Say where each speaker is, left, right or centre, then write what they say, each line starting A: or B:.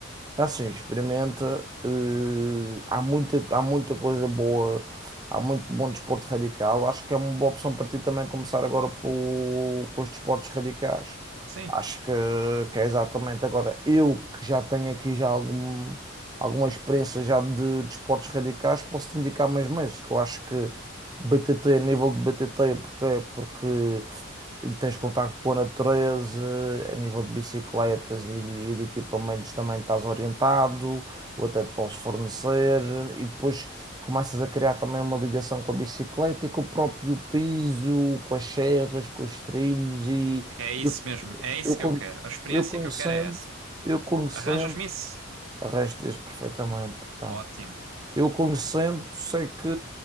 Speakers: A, on the right; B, on the right.
A: Assim, experimenta. eh, há muita, há muita coisa boa, há muito bom desporto radical. Acho que é uma boa opção para ti também começar agora pelo, com os desportos radicais.
B: Sim,
A: Acho que, que é exatamente agora. Eu que já tenho aqui já algum, alguma experiência já de desportos radicais, posso te indicar mais mais que eu acho que BTT, a nível de BTT, porque, porque Tens contacto com a natureza, a nível de bicicletas e de, e de equipamentos também estás orientado, eu até te posso fornecer, e depois começas a criar também uma ligação com a bicicleta e com o próprio piso, com as serras, com os trilhos, e
B: é isso
A: eu,
B: mesmo, é isso
A: eu, con-
B: que eu quero. A experiência
A: eu conhecendo,
B: que eu quero é essa.
A: eu conhecendo,
B: Arranjas-me isso?
A: arranjas perfeitamente, então.
B: Ótimo,
A: Eu conhecendo, sei que,